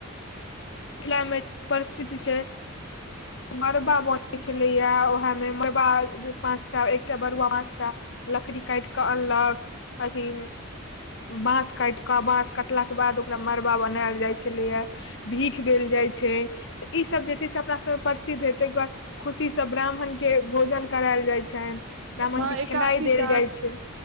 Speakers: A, on the left; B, on the right.
A: मिथिलामे प्रसिद्ध छैय। मड़बा बनैत छलैए उएहमे मड़बा पाँचटा एकटा बरुआ पाँच टा। लकड़ी काट कऽ अनलक अथी बांस काट कऽ बांस काटला के बाद ओकरा मड़बा बनायल जाय छलैया भी भीख देल जाइ छैय त ई सब जे छैय से अपना सबमे प्रसिद्ध हे तहि बाद खुशी ई सब ब्राह्मणके भोजन करायल जाय छनि। ब्राह्मण
B: हँ
A: के
B: एकासी
A: खेनाइ देल
B: जाग
A: जाइ छै